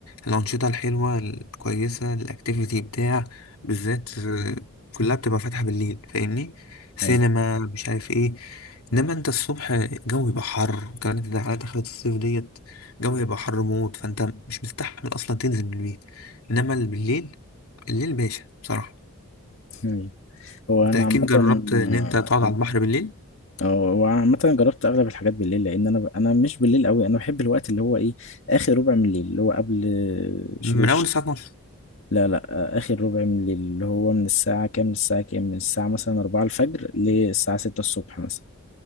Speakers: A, on the left (about 75°); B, on the left (about 60°).
A: الانشطه الحلوه الكويسه الاكتيفيتي بتاع بالذات آه، كلها بتبقى فاتحه بالليل فاهمني سينما
B: أيوة
A: مش عارف ايه انما انت الصبح الجو يبقى حر وكمان انت على دخلة الصيف ديت الجو يبقى حر موت فانت مش مستحمل اصلا تنزل من البيت انما اللي بالليل الليل باشا بصراحه
B: أيوة. هو
A: انت
B: أنا
A: اكيد
B: عامة
A: جربت ان
B: آه،
A: انت تقعد على البحر بالليل
B: اه هو عامة جربت أغلب الحاجات بالليل لأن أنا ب... أنا مش بالليل أوي أنا بحب الوقت اللي هو إيه آخر ربع من الليل اللي هو قبل شروق
A: من
B: الشمس.
A: اول الساعه
B: لا لا آه، آخر ربع من الليل اللي هو من الساعة كام للساعة كام من الساعة مثلا 4 الفجر للساعة 6 الصبح مثلا